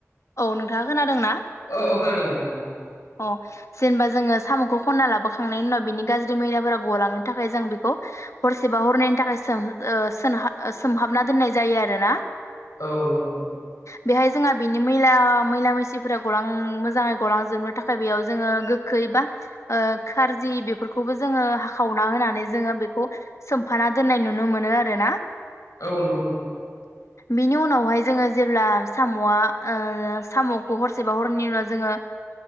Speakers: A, on the left (about 65°); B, on the left (about 85°).
A: औ नोंथाङा खोनादोंना
B: औ औ खोनादों नोंथां औ
A: अ जेनेबा जोङो साम'खौ खनना लाबोखांनायनि उनाव बिनि गाज्रि मैलाफोरा गलांनो थाखाय जों बेखौ हरसे बावहरनायनि थाखाय सोम सोमहाबना दोननाय जायो आरोना
B: औ नंगौ नंगौ
A: बेहाय जोंहा बिनि मैला मैला मैसिफोरा गलां मोजाङै गलांजोबनो थाखाय बेयाव जोङो गोखै बा खारजि बेफोरखौबो जोङो हाखावना होनानै जोङो बेखौ सोमफाना दोननाय नुनो नुनो मोनो आरो ना
B: औ नंगौ नोथां
A: बिनि उनावहाय जोङो जेब्ला साम'आ साम'खौ हरसेबा हरनि उनाव जोङो